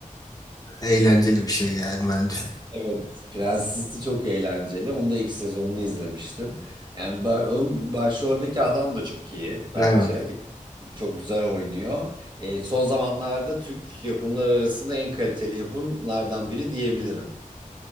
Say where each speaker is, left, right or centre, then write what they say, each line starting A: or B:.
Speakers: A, on the left; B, on the right.
A: eğlenceli bir şey yani bence.
B: Evet. Prenses'i çok eğlenceli. Onu da ilk sezonunu izlemiştim. Yani ba- onun başroldeki adam da çok iyi bence.
A: Evet.
B: Çok güzel oynuyor. E, son zamanlarda Türk yapımlar arasında en kaliteli yapımlardan biri diyebilirim.